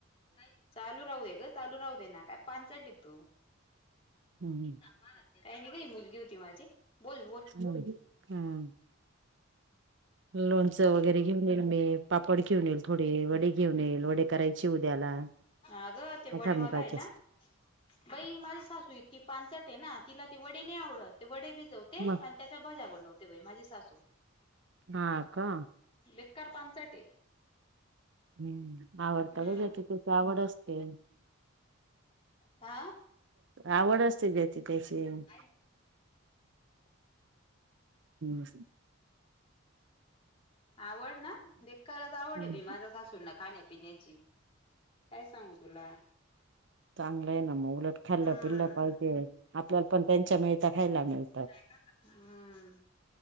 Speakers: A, on the left; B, on the right.
A: <unintelligible> चालू राहू दे गं, चालू राहू दे ना. काय पांचट ए तू. <unintelligible>
B: हम्म.
A: काही नाही गं, ही मुलगी होती माझी, बोल बोल.
B: <unintelligible> हम्म लोणचं वगैरे घेऊन येईल मी. पापड घेऊन येईल थोडे. वडे घेऊन येईल, वडे करायचे उद्याला.
A: अगं ते
B: आठामुखाचे
A: वडे मला आहे ना बई माझी सासू इतकी पांचटये ना. तिला ते वडे नाही आवडत, ते वडे भिजव
B: <unintelligible>
A: अन त्याच्या भजा बनवते बाई माझी सासू.
B: हा का?
A: बेकार पांचट ए.
B: हम्म आवडतं
A: हम्म
B: गं, ज्याची त्याची आवड असतें.
A: हा
B: आवड असते ज्या <unintelligible>
A: <unintelligible>
B: हम्म
A: आवळ ना बेकारच आवड
B: हम्म
A: ए बाई माझ्या सासूना खाण्यापिण्याची. काय सांगू तुला.
B: चांगलं हायं ना मग उलट खाल्लं
A: हम्म
B: पिल्ल पाहिजे आपल्याला पण त्यांच्या मिळता खायला मिळेल.
A: नाही का हम्म-